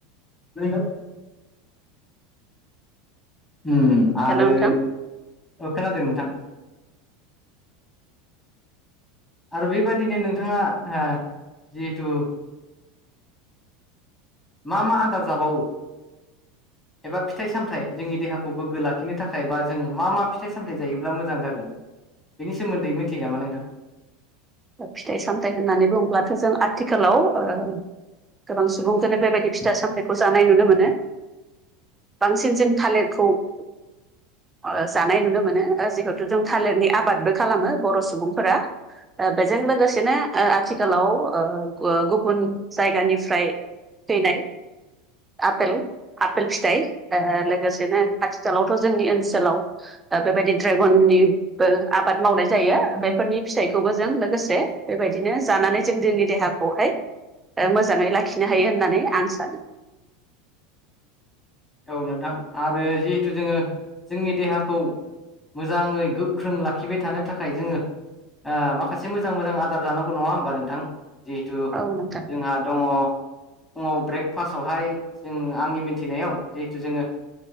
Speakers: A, on the left; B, on the right.
A: ओरैनो उम आरो
B: हेल' नोंथां
A: ओ खोनादों नोंथां। आरो बेबादिनो नोंथाङा ओह जिहेथु मा मा आदार जाबावो?
B: <inaudible>
A: एबा फिथाइ सामथायाइ जोंनि देहाखौ गोग्गो लाखिनो थाखाय बा जों मा मा फिथाइ सामथायाइ जायोब्ला मोजां जागोन? बेनि सोमोन्दै मिथियो नामा नोंथां?
B: फिथाइ सामथाइ होननानै बुंब्लाथ' जों आथिखालाव ओ गोबां सुबुंजोंनो बेबायदि फिथा सामथाइखौ जानाय नुनो मोनो। बांसिन जों थालिरखौ ओ जानाय नुनो मोनो जिहेथु जों थालिरनि आबादबो खालामो बर' सुबुंफोरा। ओ बेजों लोगोसेनो ओ आथिखालाव ओ गुबुन जायगानिफ्राय फैनाय आफेल आफेल फिथाइ ओ लोगोसेनो आथिखालावथ' जोंनि ओनसोलाव ओ बेबायदि ड्रेगननिबो आबाद मावनाय जायो बेफोरनि फिथाइ खौबो जों लोगोसे बेबायदिनो जानानै जों जोंनि देहाखौहाय ओ मोजाङै लाखिनो हायो होननानै आं सानो।
A: ओ नोंथां आरो जिहेथु जोंङो जोंनि देहाखौ मोजाङै गोख्रों लाखिबाय थानो थाखाय जोंङो ओ माखासे मोजां मोजां आदार जानांगौ नङा होमबा नोंथां? जिहेथु
B: औ नोंथां
A: जोंहा दङ फुङाव ब्रेकफास्टआवहाय जों आंनि मिथिनायाव जिहेथु जोंङो